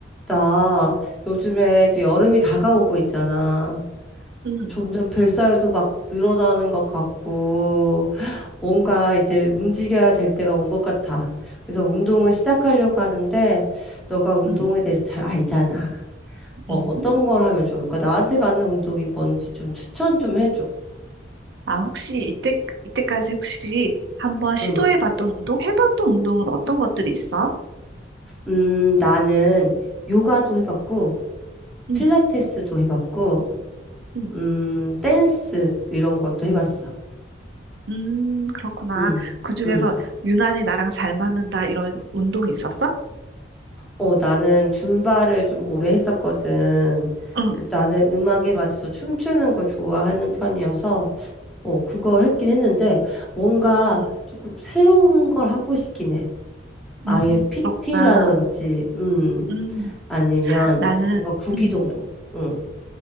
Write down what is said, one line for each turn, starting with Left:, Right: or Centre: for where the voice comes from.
Centre: 나 요즘에 이제 여름이 다가오고 있잖아.
Right: 음,
Centre: 점점 뱃살도 막 늘어나는 것 같고, 뭔가 이제 움직여야 될 때가 온 것 같아. 그래서 운동을 시작하려고 하는데, 너가 운동에
Right: 음,
Centre: 대해서 잘 알잖아. 어,
Right: 음.
Centre: 어떤 걸 하면 좋을까? 나한테 맞는 운동이 뭔지 좀 추천 좀 해줘.
Right: 아, 혹시 이때, 이때까지 혹시 한번 시도해봤던
Centre: 응.
Right: 운동, 해봤던 운동은 어떤 것들이 있어?
Centre: 음, 나는 요가도 해봤고,
Right: 음,
Centre: 필라테스도 해봤고,
Right: 음,
Centre: 음, 댄스 이런 것도 해봤어.
Right: 음, 그렇구나.
Centre: 응,
Right: 그중에서
Centre: 응.
Right: 유난히 나랑 잘 맞는다, 이런 운동이 있었어?
Centre: 어, 나는 줌바를 좀 오래 했었거든.
Right: 응,
Centre: 그래서 나는 음악에 맞춰서 춤추는 걸 좋아하는 편이어서, 어, 그거 했긴 했는데, 뭔가
Right: 음,
Centre: 조금 새로운 걸 하고 싶긴 해. 아예
Right: 음,
Centre: PT라든지,
Right: 그렇구나.
Centre: 음,
Right: 음,
Centre: 아니면
Right: 나는,
Centre: 뭔가 구기
Right: 음,
Centre: 종목. 응,